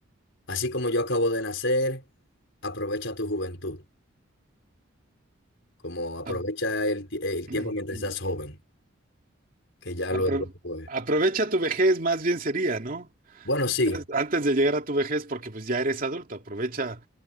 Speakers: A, on the left; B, on the right.
A: así como yo acabo de nacer, aprovecha tu juventud, como aprovecha
B: A-
A: el, ti- el
B: <clears throat>
A: tiempo mientras estás joven, que ya
B: Apro-
A: luego, pues,
B: aprovecha tu vejez, más bien sería, ¿no?
A: bueno, sí.
B: Antes de llegar a tu vejez, porque pues ya eres adulto, aprovecha,